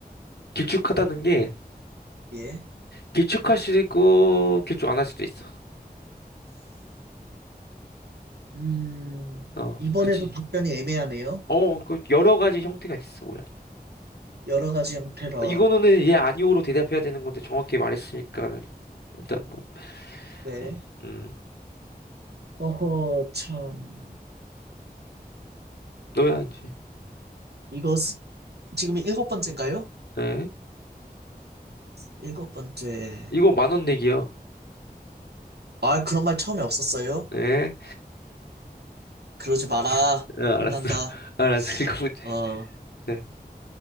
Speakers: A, on the left; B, on the right.
A: 길쭉하다는 게,
B: 예.
A: 길쭉할 수도 있고, 길쭉 안 할 수도 있어.
B: 음,
A: 어,
B: 이번에도
A: 그치.
B: 답변이 애매하네요.
A: 어, 그, 여러 가지 형태가 있어, 모양.
B: 여러 가지 형태라.
A: 어, 이거는 예, 아니오로 대답해야 되는 건데, 정확히 말했으니까는, 일단 뭐,
B: 네.
A: 음, 음.
B: 어허, 참.
A: 너야, 이제.
B: 이것, 지금이 일곱 번째인가요?
A: 네.
B: 일곱 번째.
A: 이거 만원 내기요.
B: 아, 그런 말 처음에 없었어요?
A: 네.
B: 그러지 마라.
A: 어, 알았어.
B: 혼난다.
A: <laughs> 알았어. 이거 문제.
B: 어,
A: 네.